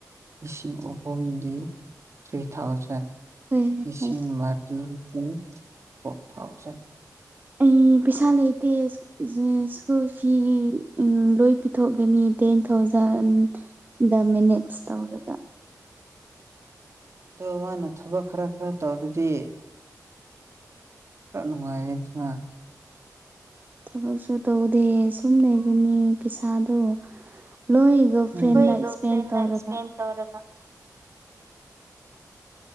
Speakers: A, on the right (about 45°); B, on the right (about 30°).
A: ꯂꯤꯁꯤꯡ ꯑꯍꯨꯝꯗꯤ ꯊ꯭ꯔꯤ ꯊꯥꯎꯖꯟ
B: ꯍꯣꯏ ꯍꯣꯏ
A: ꯏꯁꯤꯡ
B: ꯍꯣꯏ
A: ꯃꯔꯤꯗꯤ ꯐꯣꯔ ꯊꯥꯎꯖꯟ
B: ꯑꯩ ꯄꯩꯁꯥ ꯂꯩꯇꯦ ꯁ꯭ꯀꯨꯜ ꯐꯤ ꯎꯝ ꯂꯣꯏ ꯄꯤꯊꯣꯛꯒꯅꯤ ꯇꯦꯟ ꯊꯥꯎꯖꯟ ꯗ ꯃꯦꯅꯦꯖ ꯇꯧꯔꯒ
A: ꯇꯣ ꯃꯥꯅ ꯊꯕꯛ ꯈꯔ ꯈꯔ ꯇꯧꯔꯗꯤ ꯈꯔ ꯅꯨꯡꯉꯥꯏꯔꯦꯗꯅ
B: ꯊꯕꯛꯁꯨ ꯇꯧꯗꯦ ꯁꯨꯝ ꯂꯩꯕꯅꯤ ꯄꯩꯁꯥꯗꯣ ꯂꯣꯏ ꯗꯣ
A: ꯎꯝ
B: ꯐ꯭ꯔꯦꯟꯅ
A: ꯅꯣꯏ ꯒꯔꯜ
B: ꯏꯁꯄꯦꯟ
A: ꯐ꯭ꯔꯦꯟꯒ
B: ꯇꯧꯔꯒ
A: ꯏꯁꯄꯦꯟ ꯇꯧꯔꯒ